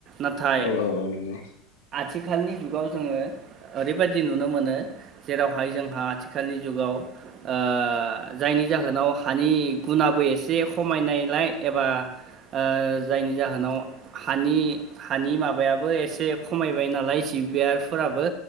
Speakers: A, on the right; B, on the left.
A: नाथाय
B: औ औ औ नंगौ।
A: आथिखालनि जुगाव जोङो ओरैबायदि नुनो मोनो जेरावहाय जोंहा आथिखालनि जुगाव ओ जायनि जाहोनाव हानि गुुनाबो एसे खमायनायलाय एबा ओ जायनि जाहोनावानि हानि माबायाबो एसे खमायबाय नालाय लाइ जि बियारफोराबो